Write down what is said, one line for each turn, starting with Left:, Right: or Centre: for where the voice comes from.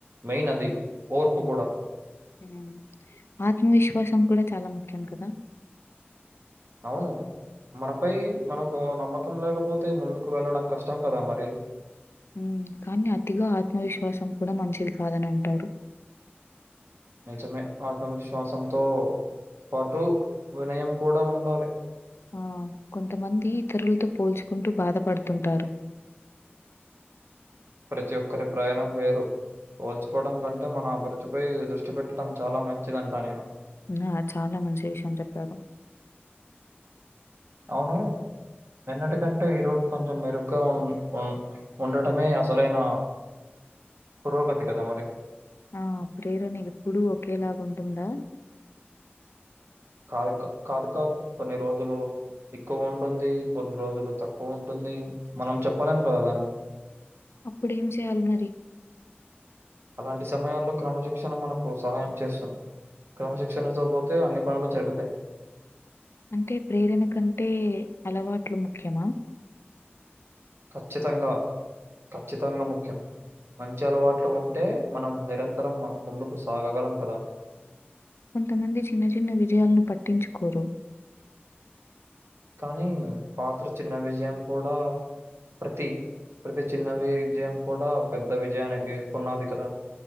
Right: మెయిన్ అది ఓర్పు కూడా
Left: మ్మ్ ఆత్మవిశ్వాసం కూడా చాలా ముఖ్యం కదా
Right: అవును మనపై మనకు నమ్మకం లేకపోతే ముందుకు వెళ్ళడం కష్టం కదా మరి
Left: మ్మ్ కానీ అతిగా ఆత్మవిశ్వాసం కూడా మంచిది కాదని అంటారు
Right: నిజమే ఆత్మవిశ్వాసంతో పాటు వినయం కూడా ఉండాలి
Left: ఆ కొంతమంది ఇతరులతో పోల్చుకుంటూ బాధపడుతుంటారు
Right: ప్రతి ఒక్కరి ప్రయాణం వేరు పోల్చుకోవడం కంటే మన అభిరుృద్ధి పై దృష్టి పెట్టడం చాలా మంచిదంట నేను
Left: నా చాలా మంచి విషయం చెప్పారు
Right: అవును నిన్నటికంటే ఈరోజు కొంచెం మెరుగ్గా ఉన్ ఉన్ ఉండటమే అసలైన పురోగతి కదా మరి
Left: ఆ ప్రేరణ ఎప్పుడు ఒకేలాగా ఉంటుందా
Right: కాదు కాదు కాదు కొన్ని రోజులు ఎక్కువ ఉంటుంది కొన్ని రోజులు తక్కువ ఉంటుంది మనం చెప్పలేం కదా దాన్ని
Left: అప్పుడు ఏం చేయాలి మరి
Right: అలాంటి సమయాల్లో క్రమశిక్షణ మనకు సహాయం చేస్తది క్రమశిక్షణతో పోతే అన్ని పనులు జరుగుతాయి
Left: అంటే ప్రేరణ కంటే అలవాట్లు ముఖ్యమా
Right: ఖచ్చితంగా ఖచ్చితంగా ముఖ్యం మంచి అలవాట్లు ఉంటే మనం నిరంతరం ము ముందుకు సాగగలం కదా
Left: కొంతమంది చిన్న చిన్న విజయాలను పట్టించుకోరు
Right: కానీ పాత్ర చిన్న విజయం కూడా ప్రతి ప్రతి చిన్న విజయం కూడా పెద్ద విజయానికి పునాది కదా